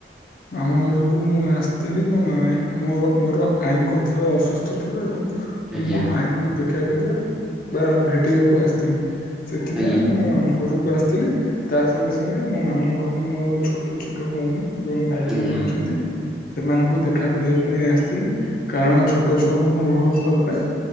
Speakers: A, on the left; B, in the centre.
A: ମାମୁଁ ଘରକୁ ମୁଁ ଆସିଥିଲି ମୋ ମା ମୋ ମୋର ଆଈଙ୍କ ଦେହ ଅସୁସ୍ଥ ଥିବାରୁ ମୁଁ
B: ଆଜ୍ଞା
A: ମୋ ଆଈଙ୍କୁ ଦେଖା କରିବା ବା ଭେଟିବାକୁ ଆସିଥିଲି। ସେଥିପାଇଁ
B: ଆଜ୍ଞା
A: ମୁଁ ମୋ ମାମୁଁ ଘରକୁ ଆସିଥିଲି। ତା ସଙ୍ଗେ ସଙ୍ଗେ ମୋ ମାମୁଁ ଘରେ ମୋର ଛୋଟ ଛୋଟ ଭଉଣୀ ଏବଂ ଭାଇ
B: ଆଜ୍ଞା
A: ମାନେ ଅଛନ୍ତି। ସେମାନଙ୍କୁ ଦେଖା କରିବା ପାଇଁ ଆସିଥିଲେ କାରଣ ଛୋଟ ଛୁଆଙ୍କୁ ମୁଁ ବହୁତ ଭଲ ପାଏ।